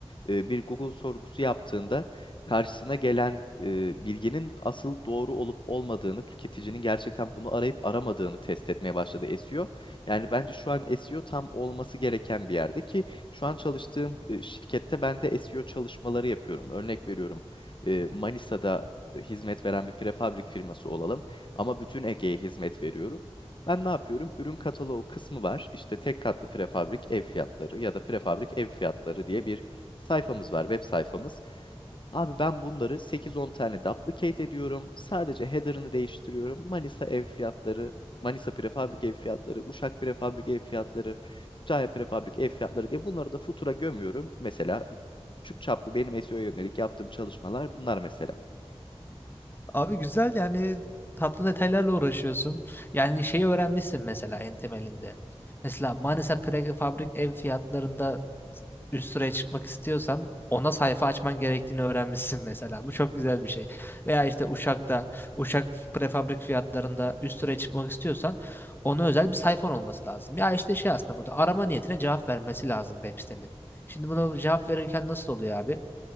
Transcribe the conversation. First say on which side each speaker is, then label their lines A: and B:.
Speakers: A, on the left (about 50°); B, on the left (about 20°).
A: e, bir Google sorgusu yaptığında karşısına gelen e, bilginin asıl doğru olup olmadığını, tüketicinin gerçekten bunu arayıp aramadığını test etmeye başladı SEO. Yani bence şu an SEO tam olması gereken bir yerde ki şu an çalıştığım e, şirkette ben de SEO çalışmaları yapıyorum. Örnek veriyorum e, Manisa'da e, hizmet veren bir prefabrik firması olalım ama bütün Ege'ye hizmet veriyoruz. Ben ne yapıyorum? Ürün kataloğu kısmı var. İşte tek katlı prefabrik ev fiyatları ya da prefabrik ev fiyatları diye bir sayfamız var, web sayfamız. Abi ben bunları sekiz on tane duplicate ediyorum. Sadece header'ını değiştiriyorum. Manisa ev fiyatları, Manisa prefabrik ev fiyatları, Uşak prefabrik ev fiyatları, Kütahya prefabrik ev fiyatları diye bunları da futura gömüyorum. Mesela küçük çaplı benim SEO'ya yönelik yaptığım çalışmalar bunlar mesela.
B: Abi güzel yani tatlı detaylarla uğraşıyorsun. Yani şeyi öğrenmişsin mesela en temelinde. Mesela Manisa prefabrik ev fiyatlarında üst sıraya çıkmak istiyorsan ona sayfa açman gerektiğini öğrenmişsin mesela. Bu çok güzel bir şey. Veya işte Uşak'ta, Uşak prefabrik fiyatlarında üst sıraya çıkmak istiyorsan ona özel bir sayfan olması lazım. Ya işte şey aslında burada arama niyetine cevap vermesi lazım web sitenin. Şimdi bunu cevap verirken nasıl oluyor abi?